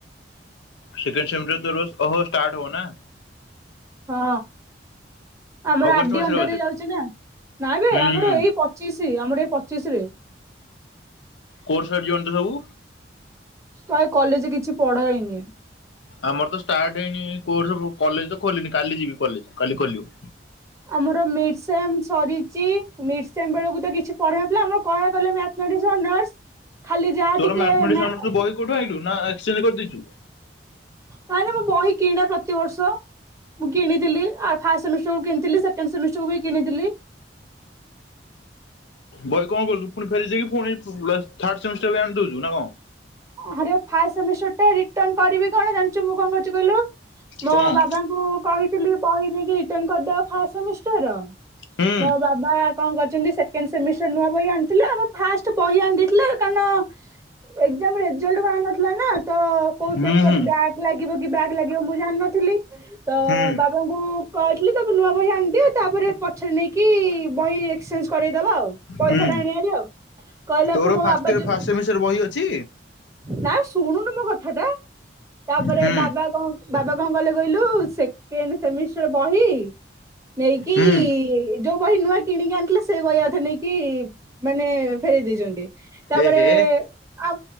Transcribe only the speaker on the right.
ହଁ। ଆମର
ଆର୍ ଡି
ଅଣ୍ଡର
ରେ ଯାଉଛି ନା। ନାଇ ବେ
ଆମର
ଏଇ ପଚିଶି ଆମର ଏଇ ପଚିଶରେ।
କାଇ କଲେଜେ କିଛି ପଢାହେଇନି।
ଆମର ମିଡ୍ ସେମ୍ ସରିଚି। ମିଡ୍ ଏକଜାମ୍ ବେଳକୁ ତ କିଛି ପଢା ହେଇନଥିଲା ଆମର କଣ? କହିଲେ ମ୍ୟାଥ ମେଟିକ୍ସ ଅନର୍ସ ଖାଲି ଯାହା
ଟିକେ
ମ୍ୟା
ନା ନା ମୁଁ ବହି କିଣେ ପ୍ରତିିବର୍ଷ। ମୁଁ କିଣିଥିଲି ଆ ଫାଷ୍ଟ ସେମିଷ୍ଟର କୁ କିଣିଥିଲି ସେକେଣ୍ଡ ସେମିଷ୍ଟର କୁ ବି କିଣିଥିଲି।
ଆରେ ଫାଷ୍ଟ ସେମିଷ୍ଟର ଟା ରିଟର୍ନ କରିବି ତୁ କଣ ଜାଣିଛୁ ମୁଁ କଣ କରୁଛି କହିଲୁ ମୋ
ବାବାଙ୍କୁ କହିଥିଲି ବହି ନେଇକି ରିଟର୍ନ କରିଦବା ଫାଷ୍ଟ ସେମିଷ୍ଟରର?
ମୋ ବାବା କଣ କରିଛନ୍ତି ସେକେଣ୍ଡ ସେମିଷ୍ଟର ନୂଆ ବହି ଆଣିଥିଲେ ଆମ ଫାଷ୍ଟ ବହି ଆଣି ଦେଇଥିଲେ କାରଣ ଏକ୍ଜାମ ରେଜଲ୍ଟ ବାହାର ନଥିଲା ନା ତ କୋଉ
ପେପରରେ ବ୍ୟାକ୍ ଲାଗିବ କି କି ବ୍ୟାକ୍ ଲାଗିବ ମୁଁ ଜାଣିନଥିଲି ଥିଲି ତ
ବାବାଙ୍କୁ କହିଥିଲି ସବୁ ନୂଆ ବହି ଆଣି ଦିଅ ତାପରେ ପଛରେ ନେଇକି ବହି ଏକ୍ସଚେଞ୍ଜ କରେଇଦବା ଆଉ ପଇସା
ଟା ଆଣିବାର ଆଉ କହିଲାକୁ
ମୋ
ବାବା
ଯଉ
ନା ଶୁଣୁନୁ ମୋ କଥା ଟା, ତାପରେ
ବାବା କଣ ବାବା କଣ କହିଲେ କହିଲୁ ସେକେଣ୍ଡ ସେମିଷ୍ଟ ବହି ନେଇକି
ଯୋଉ ବହି ନୂଆ କିଣିକି ଆଣିଥିଲେ ସେ ବହି ଅଧେ ନେଇକି ମାନେ ଫେରେଇ ଦେଇଛନ୍ତି। ତାପରେ
ଆ